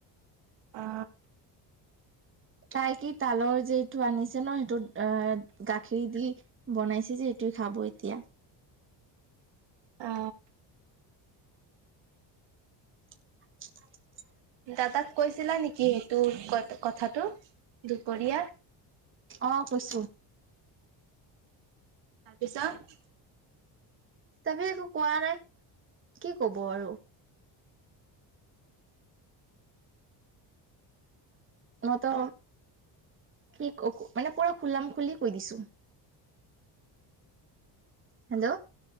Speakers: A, on the right; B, on the right.
A: অ
B: তাই কি তালৰ যিটো আনিছে ন সেইটোত অ গাখৰি দি বনাইছে যেটো খাব এতিয়া
A: অ
B: <unintelligible>
A: দাদাক কৈছিলা নেকি সেইটো ক কথাটো দুপৰীয়া
B: আহ কৈছো
A: তাৰপিছত
B: তাৰপিছত একো কোৱা নাই কি কব আৰু মই ত কি মানে পুৰা খলাম খুলি কৈ দিছো হেল্ল